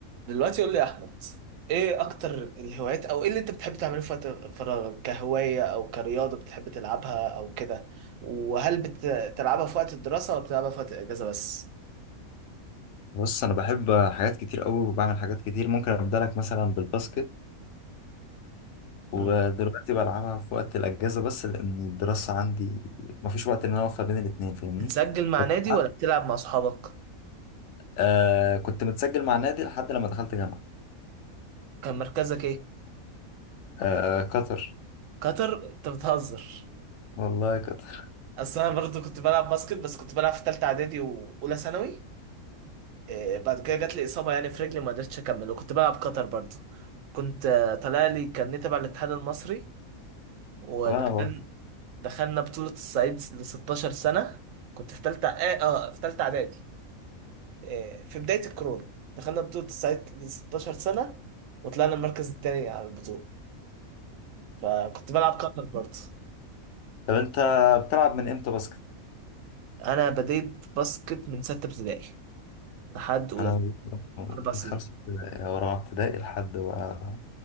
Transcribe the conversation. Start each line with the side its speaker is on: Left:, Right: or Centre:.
Right: دلوقتي قول لي يا احمد ايه اكتر الهوايات او ايه اللي انت بتحب تعمله في وقت فراغك كهواية او كرياضة بتحب تلعبها او كده وهل بتلعبها في وقت الدراسة ولا بتلعبها في وقت الاجازة بس
Left: بص انا بحب حاجات كتير قوي وبعمل حاجات كتير ممكن ابدا لك مثلا بالباسكت ودلوقتي
Right: مم.
Left: بلعبها في وقت الاجازه بس لان الدراسه عندي مفيش وقت ان انا اوفق بين الاثنين فاهمني
Right: بتسجل مع
Left: بس
Right: نادي
Left: حد-
Right: ولا بتلعب مع اصحابك
Left: آه كنت متسجل مع نادي لحد لما دخلت جامعه
Right: كان مركزك ايه
Left: آه قطر
Right: قطر انت بتهزر
Left: والله قطر
Right: اصل انا برضه كنت بلعب باسكت بس كنت بلعب في تالتة اعدادي واولى ثانوي إيه بعد كده جات لي اصابة يعني في رجلي ما قدرتش اكمل وكنت بلعب قطر برضه كنت آه، طالع لي كان تبع الاتحاد المصري ودخل
Left: <laughs> وانا بروح
Right: دخلنا بطولة الصعيد ل 16 سنة كنت في تالتة اه آه، في تالتة إعدادي آه، في بداية الكورونا دخلنا بطولة الصعيد ل 16 سنة وطلعنا المركز التاني على البطولة فكنت بلعب كتر برضه
Left: طب انت بتلعب من امتى باسكت
Right: أنا بديت باسكت من ستة ابتدائي لحد أولى
Left: انا بلعب
Right: أربع سنين
Left: من خمسه ابتدائي او رابعه ابتدائي لحد بقى